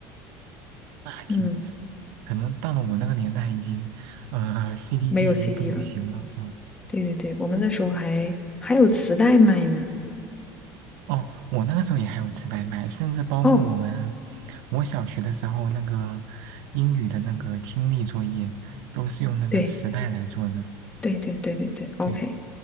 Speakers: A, on the right; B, on the left.
A: 那还挺厉害。
B: 嗯，
A: 可能到了我那个年代，已经，呃 c d
B: 没有
A: 机已经不流行了。
B: CD 了。
A: 嗯。
B: 对对对，我们那时候还还有磁带卖呢。
A: 哦，我那个时候也还有磁带卖，甚至包括我们，
B: 哦，
A: 我小学的时候那个英语的那个听力作业都是用那个磁带来做的，
B: 对对对对对对，OK，
A: 对。